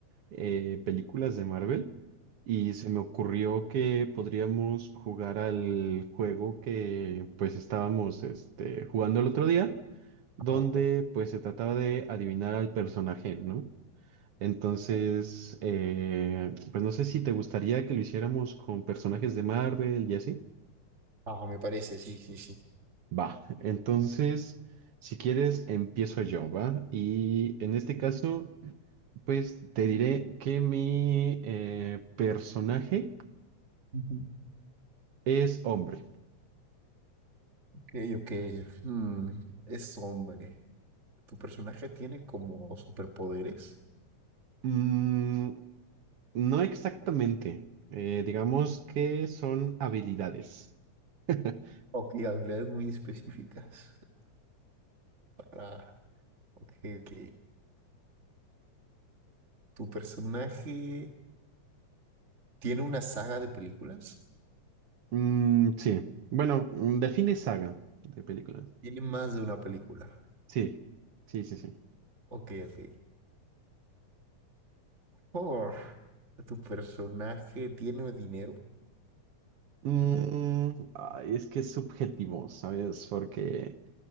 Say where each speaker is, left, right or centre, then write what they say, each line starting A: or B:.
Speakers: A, on the right; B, on the right.
A: eh, películas de Marvel y se me ocurrió que podríamos jugar al juego que pues estábamos este, jugando el otro día, donde
B: Ajá.
A: pues se trataba de adivinar al personaje, ¿no? Entonces,
B: Ujú.
A: eh, pues no sé si te gustaría que lo hiciéramos con personajes de Marvel y así.
B: Ah, me parece, sí, sí, sí.
A: Va, entonces, si quieres, empiezo yo, ¿va? Y en este caso, pues te diré que mi eh, personaje
B: Ujú.
A: es hombre.
B: Ok, ok. hmm, Es hombre. ¿Tu personaje tiene como superpoderes?
A: Mm, no exactamente, eh, digamos que son habilidades. <laughs>
B: Ok, habilidades muy específicas. Ah, ok, ok. ¿Tu personaje tiene una saga de películas?
A: Mm, sí, bueno, mm, define saga de película.
B: Tiene más de una película.
A: Sí, sí, sí, sí.
B: Ok, ok. Oh, tu personaje tiene dinero,
A: Mm, ay, es que es subjetivo, ¿sabes? Porque